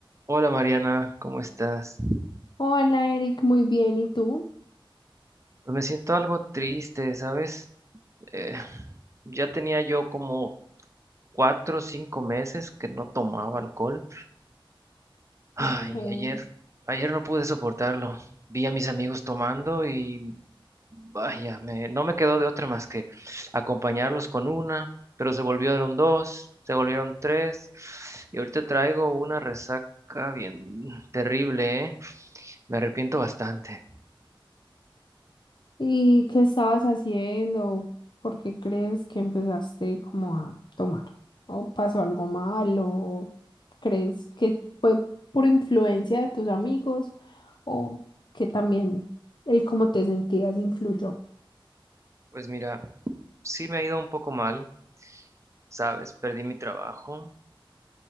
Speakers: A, on the right; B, on the left.
A: Hola Mariana, ¿cómo estás?
B: Hola Eric, muy bien, ¿y tú?
A: Pues me siento algo triste, ¿sabes? Eh, ya tenía yo como cuatro o cinco meses que no tomaba alcohol. Ay,
B: Ok.
A: y ayer, ayer no pude soportarlo. Vi a mis amigos tomando y vaya, me, no me quedó de otra más que acompañarlos con una, pero se volvieron dos, se volvieron tres, y ahorita traigo una resaca bien terrible, ¿eh? Me arrepiento bastante.
B: ¿Y qué estabas haciendo? ¿Por qué crees que empezaste como a tomar? ¿O pasó algo malo? ¿Crees que fue por influencia de tus amigos? ¿O que también el cómo te sentías influyó?
A: Pues mira. sí me ha ido un poco mal, ¿sabes? Perdí mi trabajo,